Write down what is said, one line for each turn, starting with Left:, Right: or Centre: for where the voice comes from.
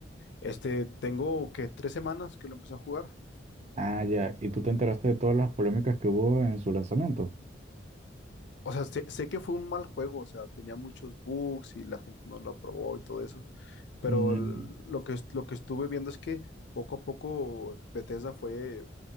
Left: Este, tengo que tres semanas que lo empecé a jugar.
Right: Ah, ya. ¿Y tú te enteraste de todas las polémicas que hubo en su lanzamiento?
Left: O sea, sé, sé que fue un mal juego, o sea, tenía muchos bugs y la gente no lo aprobó y todo eso. Pero
Right: Mm,
Left: l- lo que, est- lo que estuve viendo es que poco a poco Bethesda fue